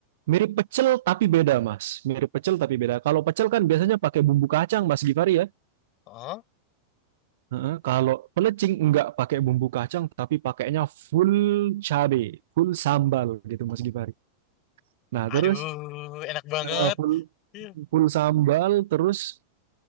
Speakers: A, on the right; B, on the left.
A: Mirip pecel tapi beda, Mas. Mirip pecel tapi beda. Kalau pecel kan biasanya pakai bumbu kacang, Mas Gifari ya.
B: Oh,
A: Heeh, Kalau pelecing enggak pakai bumbu kacang, tapi pakainya full cabe, full sambal gitu, Mas Gifari. Nah, terus
B: aduh, enak banget.
A: eh, full
B: Iya.
A: full sambal, terus